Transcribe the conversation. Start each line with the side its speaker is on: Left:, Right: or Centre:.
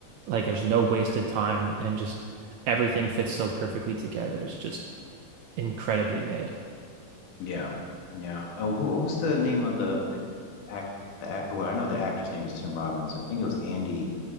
Right: Like, there's no wasted time and just everything fits so perfectly together. It's just incredibly made.
Left: Yeah, yeah. Oh, who, what was the name of the the act the act? Well, I know the actor's name is Tim Robbins. I think it was Andy.